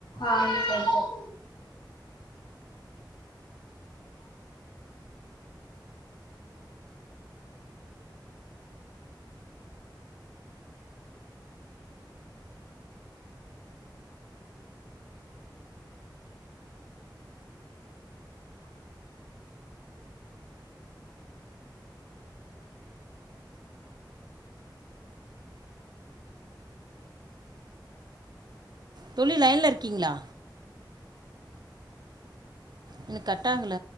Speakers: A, on the left; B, on the right.
A: ஆ சரி சரி
B: தோழி லையன்ல இருக்கீங்ளா இன்னு கட்டாகல